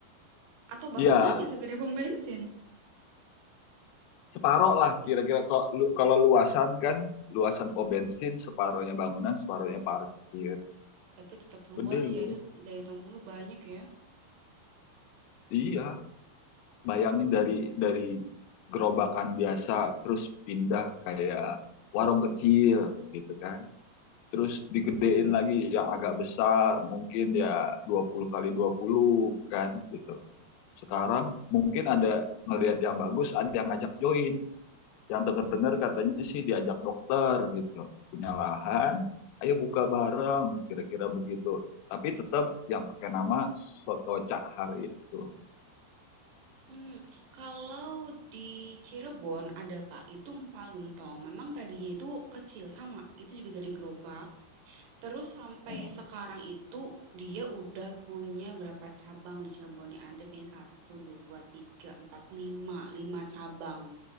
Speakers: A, on the right (about 75°); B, on the left (about 90°).
A: Atau bangunannya
B: Iya,
A: segede pom bensin?
B: separoh lah kira-kira kalau kalau luasan kan luasan pom bensin separohnya bangunan separohnya parkir
A: Ya, tapi tetap luas
B: gede loh
A: ya, itu daya tampungnya banyak ya.
B: iya bayangin dari dari gerobakan biasa terus pindah kayak warung kecil gitu kan terus digedein lagi yang agak besar mungkin ya 20 kali 20 kan gitu sekarang mungkin ada ngelihat yang bagus ada yang ngajak join yang dengar-dengar katanya sih diajak dokter gitu punya lahan ayo buka bareng kira-kira begitu tapi tetap yang pakai nama soto cak har itu
A: Hmm, kalau di Cirebon ada Pak, itu empal gentong. Memang tadinya itu kecil sama, itu juga dari gerobak. Terus sampai
B: oh,
A: sekarang itu dia udah punya berapa cabang di Cirebon nih? Ada kayak satu, 2, 3, 4, 5, 5 cabang.